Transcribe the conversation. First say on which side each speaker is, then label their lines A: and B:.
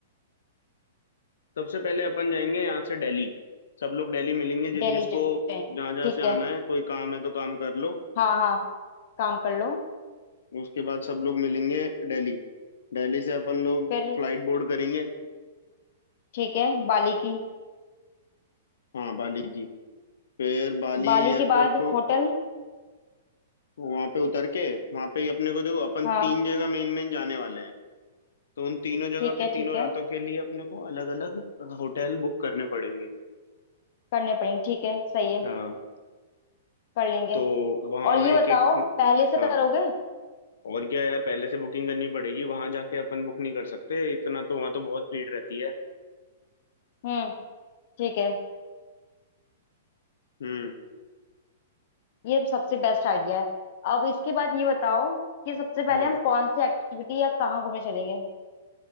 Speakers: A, on the left; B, on the left.
A: सबसे पहले अपन जाएंगे यहाँ से दिल्ली सब लोग दिल्ली मिलेंगे जिस
B: दिल्ली
A: जिसको
B: जा- जाएंगे
A: जहाँ जहाँ
B: ठीक
A: से
B: है
A: आना है कोई काम है तो काम कर लो
B: हाँ हाँ काम कर लो
A: उसके बाद सब लोग मिलेंगे दिल्ली दिल्ली से अपन लोग
B: फिर
A: फ्लाइट बोर्ड करेंगे
B: ठीक है बाली की
A: हाँ बाली की फिर बाली
B: बाली
A: एयरपोर्ट
B: के बाद
A: पर
B: होटल
A: वहाँ पे उतर के वहाँ पे ही अपने को देखो अपन
B: हाँ
A: तीन जगह मेन मेन जाने वाले हैं तो उन तीनों जगह
B: ठीक
A: पे
B: है
A: तीनों
B: ठीक है
A: रातों के लिए अपने को अलग अलग होटल बुक करने पड़ेंगे
B: करने पड़ेंगे ठीक है सही है
A: हाँ
B: कर लेंगे
A: तो वहाँ
B: और ये
A: एक
B: बताओ
A: एक
B: पहले से
A: हाँ
B: करोगे
A: और क्या यार पहले से बुकिंग करनी पड़ेगी वहां जाके अपन बुक नहीं कर सकते इतना तो वहां तो बहुत भीड़ रहती है
B: हम्म ठीक है
A: हम्म
B: ये सबसे बेस्ट आइडिया है अब इसके बाद ये बताओ कि सबसे पहले
A: हाँ
B: हम कौन सी एक्टिविटी या कहाँ घूमने चलेंगे